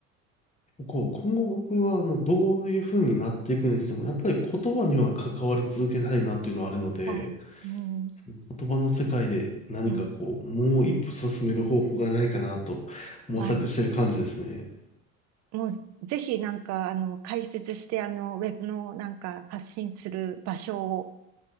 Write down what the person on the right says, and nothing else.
はい、うん、
うん、
うん。はい。もうぜひなんか、あの、解説して、あの、ウェブのなんか発信する場所を